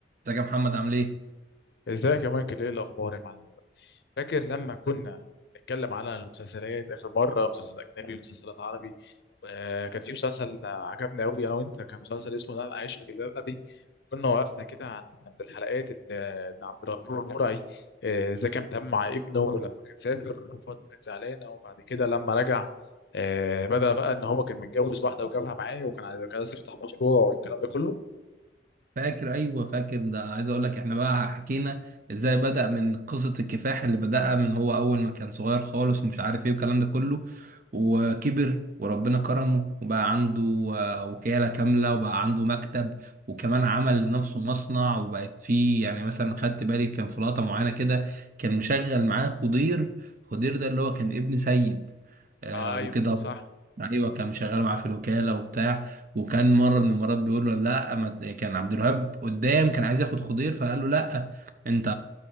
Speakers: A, on the right; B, on the left.
A: ازيك يا محمد عامل ايه؟
B: ازيك يا مايكل ايه الاخبار يا معلم فاكر لما كنا نتكلم على المسلسلات اخر مره مسلسل اجنبي ومسلسلات عربي آه، كان في مسلسل عجبني قوي انا وانت كان مسلسل اسمه انا عايش في جلباب ابي كنا وقفنا كده عن عند الحلقات اللي إن عبد الغفور المرعي آه، ازاي كان بيتعامل مع ابنه ولما كان سافر وفاطمه كانت زعلانه وبعد كده لما رجع آه، بدأ بقى ان هو كان متجوز واحده وجابها معاه وكان عايز كان عايز يفتح مشروع والكلام ده كله
A: فاكر ايوه فاكر ده عايز اقول لك احنا بقى حكينا ازاي بدأ من قصة الكفاح اللي بدأها من هو اول ما كان صغير خالص ومش عارف ايه والكلام ده كله وكبر وربنا كرمه وبقى عنده آه، وكالة كاملة وبقى عنده مكتب وكمان عمل لنفسه مصنع وبقت فيه يعني مثلا خدت بالي كان في لقطة معينة كده كان مشغل معاه خضير خضير ده اللي هو كان ابن سيد آه
B: ايوه
A: وكده
B: صح
A: ايوه كان مشغل معاه في الوكالة وبتاع وكان مره من المرات بيقول له لا ما ت- كان عبد الوهاب قدام كان عايز ياخد خضير فقال له لا انت